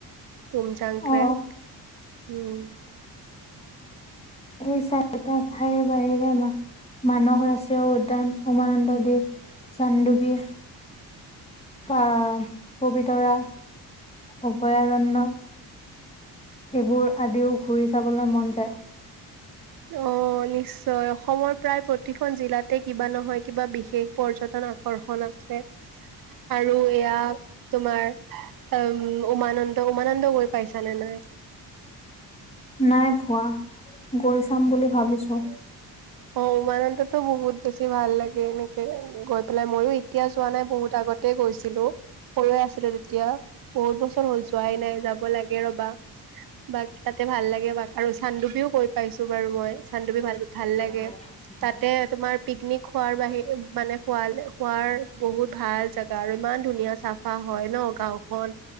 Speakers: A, on the right; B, on the left.
A: তুমচাংক্ৰেক
B: অ
A: উম
B: কি চাৰটা খাই বাহৰেম মানস ৰাষ্ট্ৰীয় উদ্যান উমানন্দ দেৱ চান্দৱী বা পবিতৰা অভয়াৰণ্য এইবোৰ আদিও ঘূৰি চাবলৈ মন যায়
A: অ নিশ্চয় অসমৰ প্ৰায় প্ৰতিখন জিলাতে কিবা নহয় কিবা বিশেষ পৰ্যটন আকৰ্ষণ আছে। আৰু এয়া তোমাৰ উ উমানন্দ উমানন্দ গৈ পাইছানে নাই <inaudible>
B: নাই। পোৱা গৈ চাম বুলি ভাবিছো
A: অ উমানন্দটো বহুত বেছি ভাল লাগে এনে। গৈ পেলাই মইো এতিয়া যোৱা নাই বহুত আগতে গৈছিলো। সৰুৱে আছিলো তেতিয়া বহুত বছৰ হ'ল যোৱাই নাই যাব লাগে ৰবা। বাক তাতে ভাল লাগে বাক আৰু চান্দুবিও গৈ পাইছো বাৰু মই চান্দুবি ভাল। ভাল
B: উ
A: লাগে।
B: <unintelligible>
A: তাতে তোমাৰ পিকনিক খোৱাৰ বাহিৰে মানে খুৱাল খোৱাৰ বহুত ভাল জোগা আৰু ইমান ধুনীয়া। ধুনীয়া চাফা হয় ন গাঁওখন